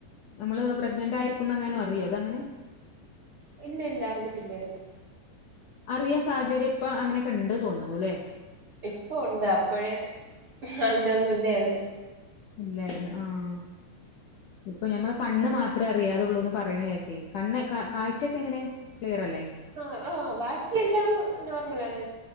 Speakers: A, on the left; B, on the right.
A: നമ്മള് പ്രഗ്നന്റ് ആയിരിക്കുമ്പങ്ങാനും അറിയോ അതങ്ങനെ
B: ഇല്ല ഇല്ല അറിഞ്ഞിട്ടില്ലായിരുന്നു.
A: അറിയാ സാഹചര്യം ഇപ്പ അങ്ങനെ ഒക്കെണ്ട് തോന്നണൂല്ലേ
B: ഇപ്പൊ ഉണ്ട്. അപ്പഴേ അതിന്റെ ഒന്നും ഇല്ലായിരുന്നു.
A: ഇല്ലായിരുന്നു. ആഹ് ഇപ്പൊ ഞമ്മള കണ്ണ് മാത്രേ അറിയാതൊള്ളൂന്ന് പറയണ കേക്കെ. കണ്ണ് കാഴ്ചക്കെ എങ്ങനെ? ക്ലിയർ അല്ലേ
B: ആ ആഹ് ബാക്കിയെല്ലാം നോർമലാണ്.